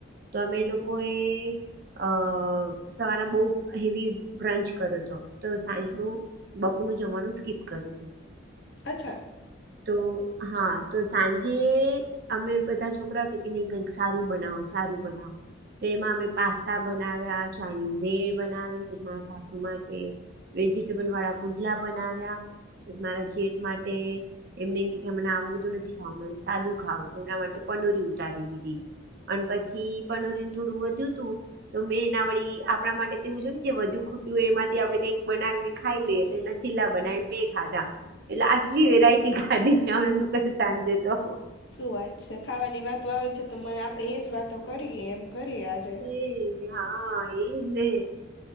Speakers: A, on the right; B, on the left.
A: તો અમે એ લોકોએ અ સવારના બહુ હેવી બ્રંચ કરો હતો તો સાંજનુ બપોર સ્કૂલ જવાનું સ્કીપ કર્યું હતું.
B: અચ્છા
A: તો હા તો સાંજે અમે બધા છોકરા કે નહી કઈક સારું બનાવુ, સારું બનાવુ, તો એમાં અમે પાસ્તા બનાવ્યા, ચાઇનીઝ ભેડ બનાવી, પછી મારા સાસુ માટે વેજિટેબલ વાળા પુડલા બનાવ્યા પછી મારા જેઠ માટે એમને કે મને આવું બધું નથી ખાવા સાદું ખાવુ એના માટે પનુરી ઉતારી દીધી. અને પછી પનોરીન થોડું વધ્યું હતું, તો મેં એના વળી આપણા માટે તોવું છે ને જે વધ્યું ખૂટ્યું એમાંથી આપણે કઈક બનાવીને ખાઈ
B: હમ
A: લઈએ તો એના ચીલા બનાવીને મે ખાધા એટલે આટલી વેરાયટી ખાધી અમે લોકો સાંજે તો
B: શૂ વાત છે ખાવાની વાતો આવે છે, તો મને આપણે એ જ વાતો કરીએ એમ કરીએ આજે
A: એજ હા એજ ને